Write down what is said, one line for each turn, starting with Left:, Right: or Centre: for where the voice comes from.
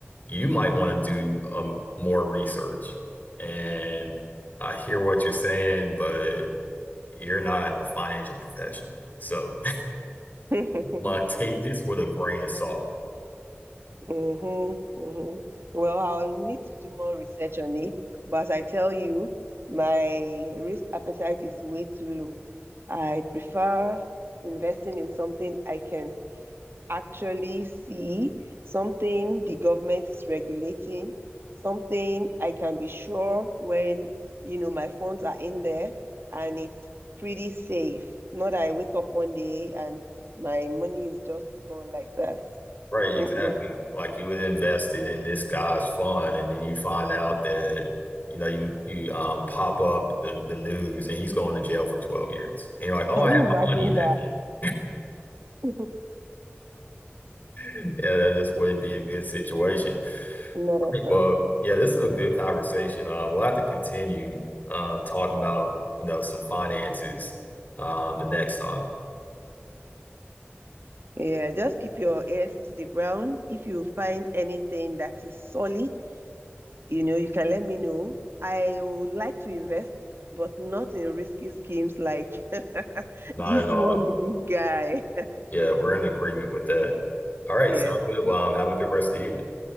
Left: you might want to do um, more research. And I hear what you're saying, but you're not a financial professional. So, <laughs>
Right: <laughs>
Left: my take this with a grain of salt.
Right: Mm-hmm, mm-hmm. Well, I'll need to do more research on it, but I tell you, my risk appetite is way too low. I prefer investing in something I can actually see, something the government is regulating, something I can be sure when, you know, my funds are in there and it's pretty safe. Not that I wake up one day and my money is just gone like that.
Left: Right, exactly.
Right: Mm-mm.
Left: Like you would invested in this guy's fund, and then you find out that you know you you um pop up the the news, and he's going to jail for 12 years, and you're like, oh,
Right: Can
Left: I had
Right: you
Left: my
Right: imagine
Left: money in that company. <laughs>
Right: that?
Left: Yeah, that just wouldn't be a good situation.
Right: <laughs> Not at
Left: Right, Well,
Right: all.
Left: yeah, this is a good conversation. Uh, we'll have to continue um talking about you know some finances um the next time.
Right: Yeah, just keep your ears to the ground. If you find anything that is solid, you know, you can let me know. I would like to invest, but not in risky schemes like
Left: Not
Right: this
Left: at all.
Right: one with this guy. <laughs>
Left: Yeah, we're in agreement with that. All right,
Right: Yeah,
Left: sounds good. Well, um, have a good rest of the evening.